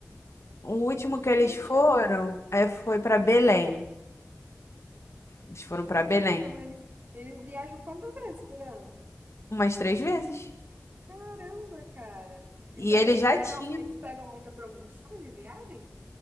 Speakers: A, on the left; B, on the right.
A: O último
B: Ai,
A: que
B: Que
A: eles
B: legal.
A: foram é, foi pra Belém. Eles foram
B: Gente,
A: pra Belém
B: então eles, eles viajam quantas vezes por ano?
A: umas três vezes.
B: Caramba, cara. Então,
A: E ele
B: eles
A: já
B: pegam,
A: tinha.
B: eles pegam muita promoção de viagem?